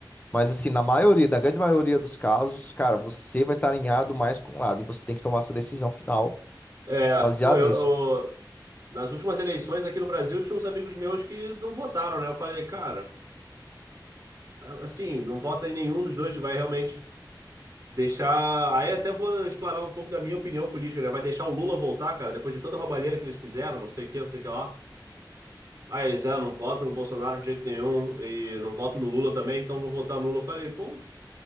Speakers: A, on the left (about 20°); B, on the right (about 40°).
A: mas assim, na maioria, na grande maioria dos casos, cara, você vai estar alinhado mais com um lado e você tem que tomar essa decisão final
B: É,
A: baseada
B: pô, eu,
A: nisso.
B: eu- nas últimas eleições aqui no Brasil tinha uns amigos meus que não votaram, né? Eu falei, cara, assim, não vota em nenhum dos dois, vai realmente deixar. Aí até vou explanar um pouco da minha opinião política, né? Vai deixar o Lula voltar, cara, depois de toda a roubalheira que eles fizeram, não sei o que, não sei o que lá. Aí eles, ah, não voto no Bolsonaro de jeito nenhum e não voto no Lula também, então vou votar no Lula. Eu falei, pô,